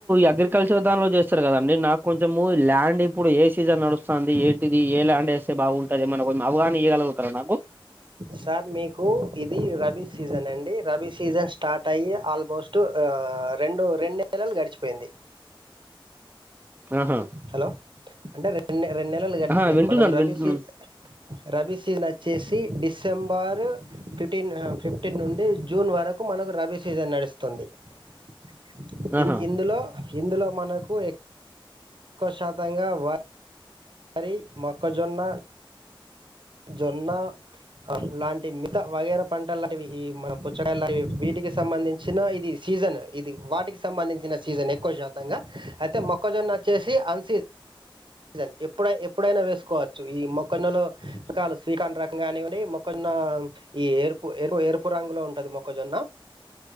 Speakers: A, on the right (about 20°); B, on the right (about 60°).
A: అగ్రికల్చర్ దానిలో చేస్తారు కదండి నాకు కొంచెము ల్యాండ్ ఇప్పుడు ఏ సీజన్ నడుస్తుంది ఏంటిది ఏ ల్యాండ్ వేస్తే బాగుంటది మనకు కొంచెం అవగానియలి కరోనాకు
B: సార్ మీకు ఇది రబీ సీజన్ అండి రబీ సీజన్ స్టార్ట్ అయ్యి ఆల్మోస్ట్ రెండు రెండు నెలలు గడిచిపోయింది
A: ఆహా
B: హలో అంటే రెండే రెండు నెలలు గడిచిపోయింది
A: ఆహా వింటున్నాను
B: మనకు రబీ
A: వింటున్నాను
B: సి రబీ సీజన్ వచ్చేసి డిసెంబరు ఫిఫ్టీన్ ఫిఫ్టీన్ నుండి జూన్ వరకు మనకు రబీ సీజన్ నడుస్తుంది తుంది
A: ఆహా
B: ఇన్ ఇందులో ఇందులో మనకు ఎ ఎక్కువ శాతంగా వ వరి, మొక్కజొన్న జొన్న లాంటి మిత వగేర పంటలు లాంటివి ఈ మనం పుచ్చకాయ లావి వీటికి సంబంధించి చిన్న ఇది సీజన్ ఇది వాటికి సంబంధించిన సీజన్ ఎక్కువ శాతంగా అయితే మొక్ మొక్కజొన్నచ్చసి అన్సీ జన్ ఎప్పుడ ఎప్పుడైనా వేసుకోవచ్చు ఈ మొక్కజొన్న కాల్ స్వీకార్న్ రకం కానివ్వండి మొక్కజొన్న ఈ ఎరుపు ఎరుపు ఎరుపు రంగు లో ఉంటది మొక్కజొన్న